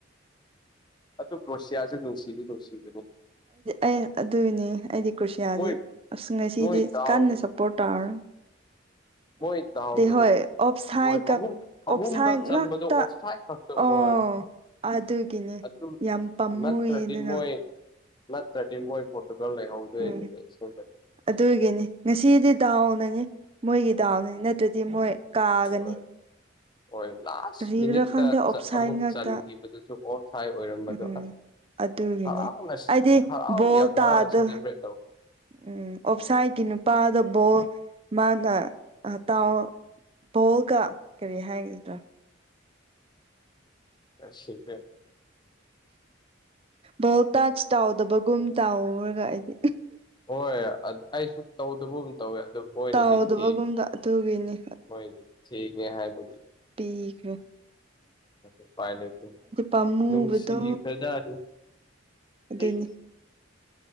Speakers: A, on the left; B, on the right.
A: ꯑ ꯇ ꯄ꯭ꯔꯣꯁꯤꯌꯥꯁꯦ ꯅꯅꯨꯡꯁꯤꯕꯤ ꯅꯅꯨꯡꯁꯤꯜ
B: ꯑꯩ ꯑꯗꯨ ꯏꯅꯦꯗꯤ ꯀ꯭ꯔꯨꯁꯤꯌꯥꯁꯦ
A: ꯃꯣꯏ
B: ꯑꯁ ꯉꯁꯤꯗꯤ
A: ꯃꯣꯏ ꯗꯥꯎ
B: ꯀꯟꯅ ꯁꯞꯄꯣꯔꯠ ꯇꯧꯔꯔꯣꯏ
A: <inaudible> ꯃꯣꯏ ꯗꯥꯎꯗꯨ
B: ꯍꯣꯏ ꯑꯣꯞꯁꯥꯏꯠꯀ
A: ꯍꯣꯏ ꯑꯍꯨꯝ ꯑꯍꯨꯝꯂ
B: ꯑꯣꯞꯁꯥꯏꯠ
A: ꯆꯟꯕꯗꯣ
B: ꯉꯥꯛꯇ
A: ꯑꯣꯞꯁꯥꯏꯠ ꯈꯛꯇ ꯑꯣꯏ
B: ꯑꯣ ꯑꯗꯨꯒꯤꯅꯦ
A: ꯑꯗꯨꯝ
B: ꯌꯥꯝ ꯄꯥꯝꯃꯨꯌꯦ
A: ꯅꯠꯇ꯭ꯔꯗꯤ
B: ꯑꯗꯨꯅ
A: ꯃꯣꯏ ꯅꯠꯇ꯭ꯔꯗꯤ ꯃꯣꯏ ꯄꯣ ꯇꯨꯞꯂꯥꯡ ꯂꯩꯥꯏ ꯍꯥꯎ ꯂꯩꯔꯏꯅꯅꯦ
B: ꯎꯝ
A: ꯁꯖꯦ
B: ꯑꯗꯨꯒꯤꯅꯤ ꯉꯁꯤꯗꯤ ꯗꯥꯎꯅꯅꯤ ꯃꯣꯏꯒꯤ ꯗꯥꯎꯅꯤ ꯅꯠꯇ꯭ꯔꯗꯤ ꯃꯣꯏ ꯀꯥꯒꯅꯤ
A: ꯍꯣꯏ ꯍꯣꯏ ꯂꯥꯁ
B: ꯀꯔꯤꯒꯤꯔꯥ
A: ꯃꯤꯅꯤꯠꯇ
B: ꯈꯪꯗꯦ ꯑꯣꯞꯁꯥꯏꯠ
A: ꯑꯃꯨꯛ
B: ꯉꯥꯛꯇ
A: ꯆꯟꯈꯤꯕꯗꯨꯁꯨ ꯑꯣ ꯁꯥꯏ ꯑꯣꯏꯔꯝꯕꯗꯣ
B: ꯎꯝ
A: ꯑꯁ
B: ꯑꯗꯨꯒꯤꯅꯤ
A: ꯍꯔꯅꯦ ꯁꯤ
B: ꯑꯩꯗꯤ
A: ꯍꯔꯥꯎꯗꯤ
B: ꯕꯣꯜ
A: ꯍꯔꯑꯣꯅꯦ
B: ꯇꯥꯗ
A: ꯁꯕ꯭ꯔꯦꯇꯧ
B: ꯎꯝ ꯑꯣꯞꯁꯥꯏꯒꯤ ꯅꯨꯄꯥꯗꯕꯣ ꯃꯥꯅ ꯇꯥꯎ ꯕꯣꯜꯒ ꯀꯔꯤ ꯍꯥꯏꯒꯗ꯭ꯔꯥ
A: ꯑ ꯁꯤꯗ
B: ꯚꯣ ꯇꯥꯖ ꯇꯥꯎꯗꯕꯒꯨꯝ ꯇꯥꯎꯔꯒ ꯍꯥꯏꯗꯤ
A: <inaudible> ꯍꯣꯏ ꯑꯗꯨ ꯑꯩꯁꯨ ꯇꯧꯗꯕ ꯑꯃ ꯇꯧꯋꯦ ꯑꯗꯨ ꯃꯣꯏꯅꯗꯤ
B: ꯇꯥꯎꯗꯕꯒꯨꯝꯗ
A: ꯊꯤ
B: ꯑꯗꯨꯒꯤꯅꯤ
A: ꯃꯣꯏꯗꯤ ꯊ ꯍꯥꯏꯕ
B: ꯄ
A: ꯑ ꯐꯥꯏ ꯂꯩꯠꯇ
B: ꯄꯥꯝꯃꯨꯕꯗꯣ
A: ꯂꯅꯨꯡꯁꯤ ꯐꯖ ꯑꯗꯨ
B: ꯑꯗꯨꯅꯤ
A: ꯑꯩ